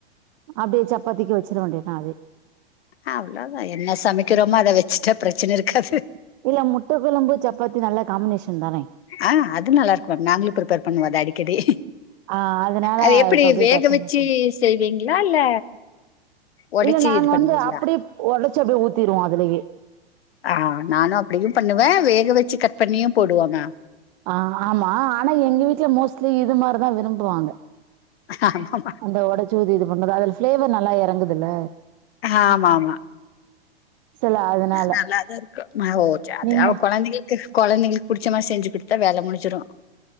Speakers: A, on the right; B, on the left.
A: அப்டியே சப்பாத்திக்கு வச்சிட வேண்டியதா அதே
B: அவ்ளோதா என்ன சமைக்கிறோமோ அத வச்சுட்டா பிரச்சன இருக்காது
A: இல்ல முட்ட கொழம்பு சப்பாத்தி நல்லா காம்மினேஷன் தானே
B: அ அது நல்லாருக்கு மேம் நாங்களு ப்ரிப்பேர் பண்ணுவோ அது அடிக்கடி
A: ஆ அதனால
B: அது எப்டி
A: இப்ப அப்டியே
B: வேக
A: டக்குனு
B: வச்சு செய்வீங்ளா இல்ல உடைச்சு
A: இல்ல நாங்க
B: இது பண்றீங்களா
A: வந்து அப்டியே ஒடச்சுட்டு ஊத்திருவோ அதுலியே
B: அ நானு அப்டியு பண்ணுவே வேக வச்சு கட் பண்ணியு போடுவ மேம்
A: அ ஆமா ஆனா எங்க வீட்ல மோஸ்லி இது மாரிதா விரும்புவாங்க
B: ஆமா
A: அந்த ஒடச்சூ ஊதாதி இது பண்றது அதுல பிளேவர் நல்லா எறங்குதுல்ல
B: ஆமா ஆமா
A: சில அதனால
B: நல்லாதா இருக்கு
A: நீங்க
B: ககொழந்தைங்ளுக்கு புடிச்ச மாரி செஞ்சிக்குடுத்தா வேல முடிஞ்சிடு